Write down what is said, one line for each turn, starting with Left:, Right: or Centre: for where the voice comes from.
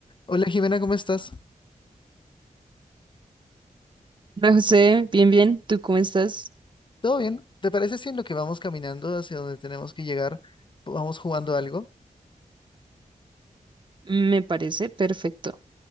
Left: Hola Jimena, ¿cómo estás?
Right: Hola José, bien, bien, ¿tú cómo estás?
Left: ¿Todo bien? ¿Te parece si en lo que vamos caminando hacia donde tenemos que llegar, vamos jugando algo?
Right: Me parece perfecto.